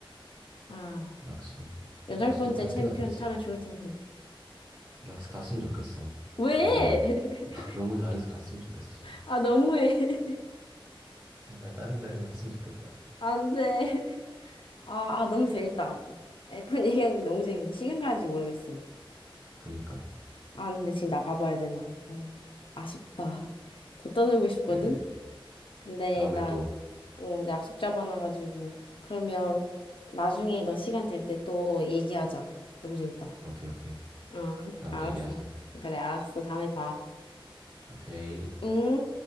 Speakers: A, on the left (about 65°); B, on the right (about 20°).
A: 아,
B: 막스도
A: 여덟
B: 막스도
A: 번째
B: 갈
A: 챔피언
B: 때가 됐지.
A: 타면 좋을 텐데.
B: 막스 갔으면 좋겠어.
A: 왜?
B: 너무 잘해.
A: <laughs>
B: <laughs> 너무 잘해서 갔으면 좋겠어, 제발.
A: 아, 너무해. <laughs>
B: 제발 다른 데를 갔으면 좋겠다.
A: 안 돼. 아, 아, 너무 재밌다. F1 얘기하는 게 너무 재밌네. 시간 가는지 모르겠어.
B: 그니까.
A: 아, 근데 지금 나가봐야 되나. 아, 아쉽다. <laughs> 더 떠들고 싶거든?
B: 그래, 그래.
A: 근데
B: 다음에
A: 나,
B: 또,
A: 어, 이제 약속 잡아놔가지고. 그러면 나중에 너 시간 될 때 또 얘기하자. 너무 재밌다.
B: 오케이, 오케이.
A: 어, <laughs>
B: 다음에
A: 알았어.
B: 또 얘기하자.
A: 그래, 알았어. 다음에 봐.
B: 오케이.
A: 응?